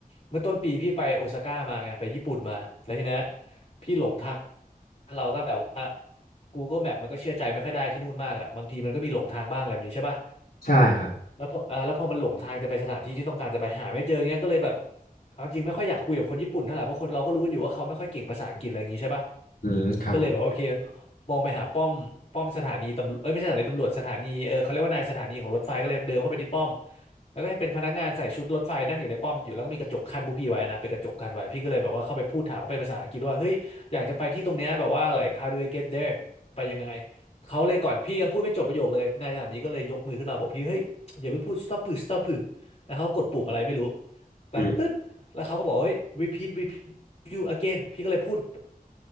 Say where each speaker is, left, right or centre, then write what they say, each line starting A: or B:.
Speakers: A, on the left; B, on the left.
A: เมื่อต้นปีพี่ไปโอซาก้ามาไงไปญี่ปุ่นมาแล้วทีนั้นพี่หลงทาง เราก็แบบว่า Google Map มันก็เชื่อใจไม่ค่อยได้ที่นู่นมากอ่ะบางทีมันก็มีหลงทางบ้างอะไรแบบนี้ใช่ป่ะ
B: ใช่ครับ
A: แล้วพออ่าแล้วพอมันหลงทางจะไปสถานที่ที่ต้องการจะไปหาไม่เจอเงี้ยก็เลยแบบเอาจริงไม่ค่อยอยากคุยกับคนญี่ปุ่นเท่าไหร่เพราะคนเราก็รู้อยู่ว่าเขาไม่ค่อยเก่งภาษาอังกฤษอะไรอย่างงี้ใช่ปะ
B: อืมครับผม
A: ก็เลยแบบว่าโอเคมองไปหาป้อมป้อมสถานีตำรวจเอ้ยไม่ใช่สถานีตำรวจสถานีเออเขาเรียกว่านายสถานีของรถไฟก็เลยเดินเข้าไปที่ป้อมแล้วก็เป็นพนักงานใส่ชุดรถไฟนั่งอยู่ในป้อมอยู่แล้วก็มีกระจกกั้นพวกพี่ไว้นะเป็นกระจกกั้นไว้พี่ก็เลยแบบว่าเข้าไปพูดถามเขาเป็นภาษาอังกฤษว่าเฮ้ยอยากจะไปที่ตรงเนี้ยแบบว่า like how do I get there ไปยังไงเขาเลยก่อนพี่ยังพูดไม่จบประโยคเลยนายสถานีก็เลยยกมือขึ้นมาบอกพี่เฮ้ยอย่าเพิ่งพูด stop พือ stop พือแล้วเขากดปุ่มอะไรไม่รู้ดังตึ๊ดแล้วเขาก็บอกเฮ้ย
B: อืม
A: repeat repeat you again พี่ก็เลยพูด